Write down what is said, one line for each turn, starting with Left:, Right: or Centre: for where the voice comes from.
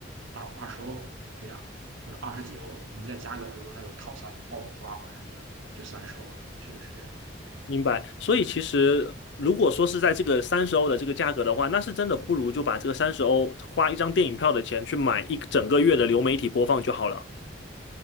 Right: 二二十欧这样，或者二十几欧，你再加个比如说它有套餐有爆米花或者什么的，就三十欧了，确实是这样，
Left: 明白，所以其实如果说是在这个三十欧的这个价格的话，那是真的不如就把这个三十欧花一张电影票的钱去买一整个月的流媒体播放就好了。